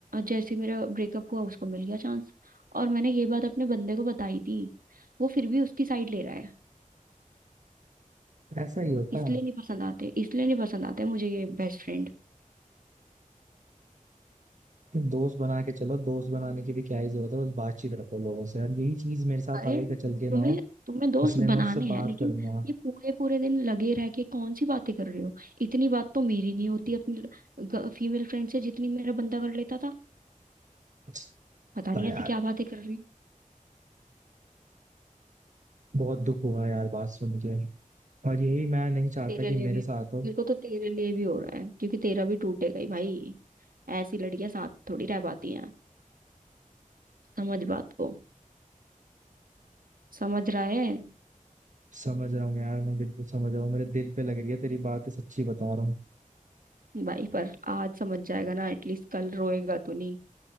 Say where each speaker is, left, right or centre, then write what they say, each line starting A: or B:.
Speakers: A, on the right (about 80°); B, on the right (about 60°).
A: जैसे ही मेरा ब्रेकअप हुआ उसको मिल गया चांस और मैंने ये बात अपने बंदे को बताई थी वो फिर भी उसकी साइड ले रहा है
B: ऐसा ही होता
A: इसलिए
B: है
A: नहीं पसंद आते इसलिए नहीं पसंद आते मुझे ये बेस्ट फ्रेंड
B: कि दोस्त बना के चलो दोस्त बनाने की भी क्या ही जरूरत है बस बातचीत रखो लोगों से यार यही चीज मेरे साथ
A: अरे
B: आगे का चल के ना
A: तुम्हें
B: हो
A: तुम्हें दोस्त
B: इसलिए मैं
A: बनाने
B: उससे
A: हैं
B: बात
A: लेकिन
B: करूंगा
A: ये पूरे पूरे दिन लगे रह के कौन सी बातें कर रहे हो इतनी बात तो मेरी नहीं होती अपनी फीमेल फ्रेंड से जितनी मेरा बंदा कर लेता था
B: पछता
A: पता नहीं
B: यार
A: ऐसी क्या बातें कर रही हो
B: बहुत दुख हुआ यार बात सुन के और यही मैं नहीं चाहता
A: तेरे
B: कि
A: लिए
B: मेरे
A: भी
B: साथ
A: मेरे
B: हो
A: को तो तेरे लिए भी हो रहा है क्योंकि तेरा भी टूटेगा ही भाई ऐसी लड़कियां साथ थोड़ी रह पाती हैं समझ बात को समझ रहा है
B: समझ रहा हूँ यार मैं बिल्कुल समझ रहा हूँ मेरे दिल पे लग रही है तेरी बात सच्ची बता रहा हूँ
A: भाई पर आज समझ जाएगा ना एटलीस्ट कल रोएगा तो नहीं